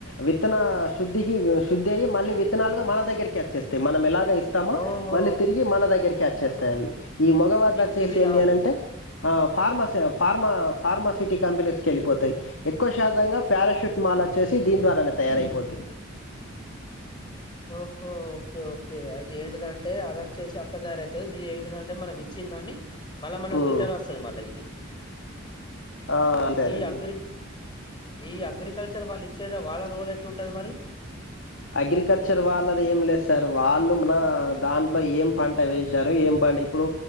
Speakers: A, on the left; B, on the left.
A: విత్తన శుద్ధికి వేసు శ్రుద్దై మళ్లీ విత్తనాలుగా మన దగ్గకిచ్చేస్తాయి మనం ఎలా ఇస్తామో
B: ఓహో
A: మళ్ళీ తిరిగి మన దగ్గరికి వచ్చేస్తాయి అవి ఈ మగవాడ్లు
B: ఇవి
A: వచ్చేసింది
B: ఇవి రావు.
A: ఏంటంటే ఫార్మసి ఫార్మా ఫార్మాసిటీ కంపెనీస్ కి వెళ్ళిపోతాయి ఎక్కువ శాతంగా పారాసెట్మాల వచ్చేసి దీని ద్వారా తయారైపోద్ది
B: ఓహో ఓకే ఓకే అయితే ఏంటిదంటే అది వచ్చేసి అట్లా తయారవుతుంది ఇది ఏంటిదంటే మనం ఇ దాన్ని మల్ల మనకు
A: హ్మ్.
B: రిటర్న్ వస్తుది మల్ల ఇది
A: ఆ సరే
B: ఈ
A: అది
B: అగ్రి ఈ అగ్రికల్చర్ వాళ్ళు ఇచ్చేద వాళ్ళ రోల్ ఎట్లాంటది మరి
A: అగ్రికల్చర్ వాళ్ళది ఏం లేదు సార్ వాళ్ళు మన దాంట్లో ఏం పంట వేశారు ఏం పంట ఇప్పుడు